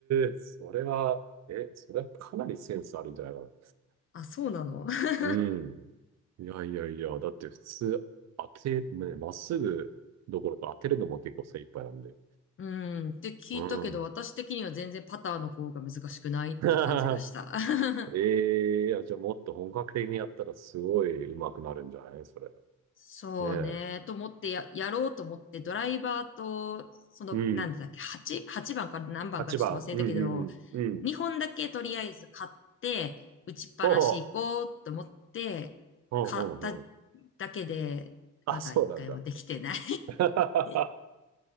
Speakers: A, on the right; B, on the left.
A: え、それは、え、それはかなりセンスあるんじゃないか
B: あ、そうなの <laughs>
A: うん。いやいやいや、だって普通当て、ね、まっすぐどころか当てるのも結構精一杯なんで。
B: うーん、って聞いたけど、
A: うん。
B: 私的には全然パターの方が難しくないって感じがした。
A: <laughs>
B: <laughs>
A: ええーあじゃあもっと本格的にやったらすごい上手くなるんじゃないそれ。ね
B: そうね、
A: え。
B: と思ってや、やろうと思って、ドライバーと、その、
A: うん。
B: なんだっけ、8、8番か何番かちょっと忘れたけど、
A: 8番。うんうんうん。うん。
B: 2本だけとりあえず買って、打ちっぱなし行こうと思って、
A: おう。うんうんうん。
B: 買っただけで、
A: あ、
B: まだ1回もできてない
A: そうなんだ。<laughs>
B: <laughs>